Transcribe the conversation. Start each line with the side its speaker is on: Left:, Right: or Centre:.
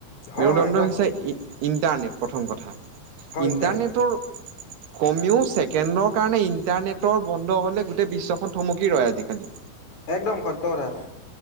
Left: হয়
Right: মেৰুদণ্ড
Left: হয় একদম
Right: হৈছে ই ইণ্টাৰনেট প্ৰথম কথা
Left: হয়
Right: ইণ্টাৰনেটৰ
Left: ইণ্টাৰনেট
Right: কমেও ছেকেণ্ডৰ কাৰণে ইণ্টাৰনেটৰ বন্ধ হ'লে গোটেই বিশ্বখন থমকি ৰয় আজিকালি।
Left: একদম সত্য কথা এটো।